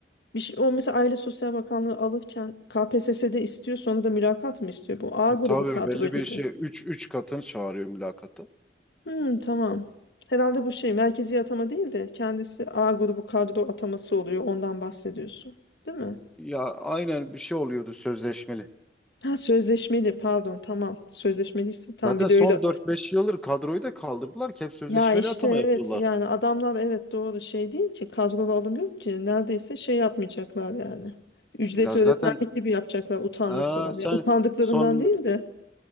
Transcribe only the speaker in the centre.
E, tabii
belli
bir şey üç üç katını çağırıyor mülakata.
Ya aynen bir şey oluyordu sözleşmeli.
Zaten
son
dört beş yıldır kadroyu da kaldırdılar ki hep sözleşmeli
atama
yapıyorlar.
Ya zaten
aa,
sen
son